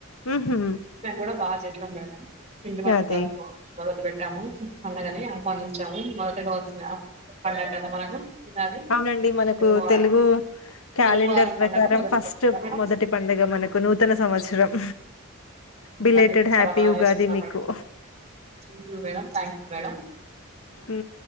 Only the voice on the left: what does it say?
ఉహు
అదే
అవునండి మనకు
తెలుగు క్యాలెండర్
ప్రకారం
ఫస్ట్
మొదటి పండుగ మనకు నూతన సంవత్సరం బిలేటెడ్
హ్యాపీ
ఉగాది
మీకు
ఉ